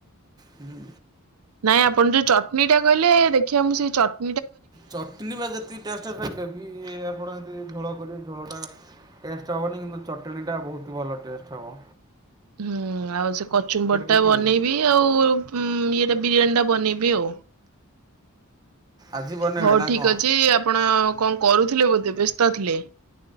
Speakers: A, on the right; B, on the right.
A: ହୁଁ
B: ନାଇଁ ଆପଣ ଯୋଉ ଚଟଣିୀ ଟା କହିଲେ ଦେଖିବା ମୁଁ ସେଇ ଚଟ
A: ଚଟନୀ ବା ଯେତିକି ଟେଷ୍ଟ ସେ ଗ୍ରେଭି ଆପଣ ଯେତି ଝୋଳ ଗୋଟେ ଝୋଟା ଟେଷ୍ଟ ହବନି କିନ୍ତୁ ଚଟଣି ଟା ବହୁତ ଭଲ ଟେଷ୍ଟ ହବ।
B: ହୁଁ ଆଉ ସେ କଚୁମ୍ବଡ ଟା
A: ଦେଖିବେ
B: ବନେଇବି ଆଉ ଇଏଟା ବିରିୟାନୀ ଟା ବନେଇବି ଆଉ।
A: ଆଜି ବନେଇବେ
B: ହଉ
A: ନା
B: ଠିକ
A: କଣ?
B: ଅଛି ଆପଣ କଣ କରୁଥିଲେ ବୋଧେ ବ୍ୟସ୍ତ ଥିଲେ।